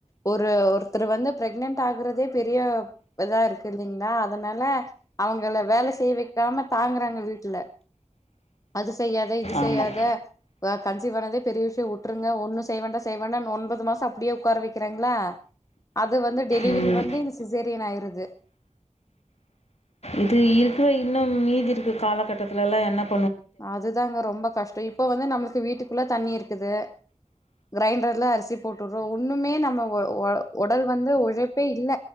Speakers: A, on the left; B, on the left.
A: ஒரு ஒருத் ஒருத்தரு வந்து பிரெக்னன்ட் ஆகுறதே பெரிய இதா இருக்கு இல்லைங்களா அதனால அவங்கள வேல செய் வக்காம தாங்குறாங்க வீட்டுல அதுஸ் செய்யாத இது செய்யாத
B: ஆமாம்
A: ஒக் கஞ்சி பனதே பெரிய விஷயோ வுட்ருங்க ஒன்னு செய்வேண்டா செய்வேண்டான் ஒன்பது மாசஸ் சப்டியே உக்கார வைக்கிறாங்களா அது வந்து டெலிவரி
B: உம்
A: வந்து சிசேரியன் ஆயிருது
B: இது இருக்கோ இல் இன்னு மீதி இருக்கு காலகட்டத்துலலெல்லா என்னப்
A: அதுதாங்க ரொம்ப கஷ்டோ இப்ப வந்து நம்மளுக்கு வீட்டுக்குள்ள தண்ணி இருக் குது கிரைண்டர்ல அரிசி போட்டுறோ ஒன்னுமே நம்ம ஒ ஒ உடல் வந்து உழைப்பே இல்